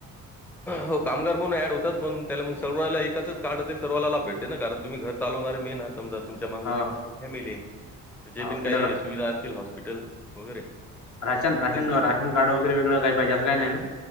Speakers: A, in the centre; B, on the left.
A: हो कामगार म्हणून ॲड होतात पण त्याला मग सर्वला एकाच काढलं तरी सर्वाला लाभ भेटते ना कारण तुम्ही घर चालवणारे मेन हा समजा तुमच्या माग
B: हो
A: फॅमिली तर जे
B: हो
A: बिन
B: हो
A: काही
B: त्याला
A: सुविधा असतील हॉस्पिटल वगैरे
B: राशन
A: ते
B: राशन
A: तुमच्या
B: राशन कार्ड वगैरे वेगळं काही पाहिजे असं काही नाही ना